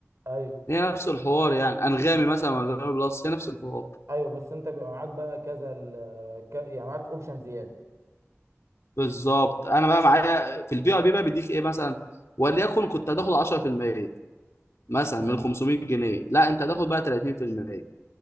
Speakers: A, on the right (about 80°); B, on the left (about 70°).
A: ايوه
B: هي نفس الحوار يعني انغامي مثلا وانغامي بلس هي نفس الحوار
A: ايوه بس انت بيبقى معاك بقى كذا ال... ك... يعني معاك اوبشن زياده
B: بالظبط انا بقى معايا في البي ار بي بقى بيديك ايه مثلا وليكن كنت هتاخد 10% مثلا
A: تمام
B: من 500 جنيه لا انت هتاخد بقى 30%